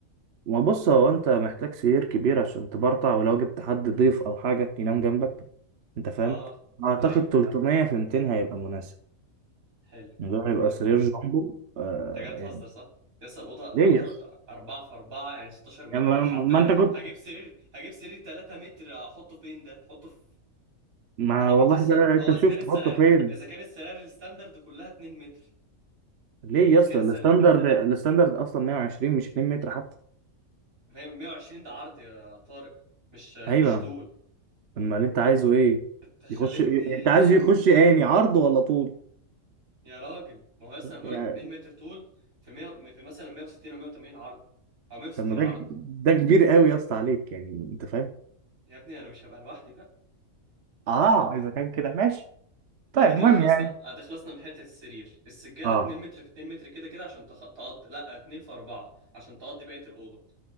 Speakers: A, on the right; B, on the right.
A: ما بص هو انت محتاج سرير كبير عشان تبرطع ولو جبت حد ضيف او حاجه ينام جنبك انت
B: اه
A: فاهم اعتقد
B: ايوه
A: 300 في 200 هيبقى مناسب
B: حلو
A: ده هيبقى
B: حلو
A: سرير
B: قوي
A: جامبو آه
B: انت جاي تهزر
A: يعني
B: صح يس الاوضه الاوضه
A: ليه يس
B: 4 في 4 يعني 16 متر
A: يعني ما,
B: آه، حرفيا
A: ما انت كنت
B: هجيب سرير هجيب سرير 3 متر احطه فين ده احطه في
A: ما
B: تعبيط
A: والله
B: يس
A: بقى انت
B: هو اذا
A: شوف
B: كان
A: تحطه
B: السرير
A: فين
B: اذا كان السرير الستاندرد كلها 2 متر
A: ليه
B: يعني اذا
A: يا اسطى
B: كان السرير
A: الستاندرد الستاندرد اصلا 120 مش 2 متر حتى
B: 120 ده عرض يا طارق مش مش
A: ايوه
B: طول
A: امال انت عايزه ايه
B: انت خلتني
A: يخش انت عايز يخش اني عرض ولا طول
B: يا راجل ما هو لسه انا بقولك
A: يعني
B: 2 متر طول في 100 في مثلا 160 او 180 عرض او 160
A: طب ما
B: عرض
A: ده ده كبير قوي يا اسطى عليك يعني انت فاهم
B: يا ابني انا مش هبقى لوحدي بقى
A: اه اذا كان كده ماشي طيب
B: ادي كده
A: مهم
B: خلصنا
A: يعني
B: ادي خلصنا من حته السرير السجاده
A: اه
B: 2 متر في 2 متر كده كده عشان تخ... تقضي لا 2 في 4 عشان تقضي بقيه الاوضه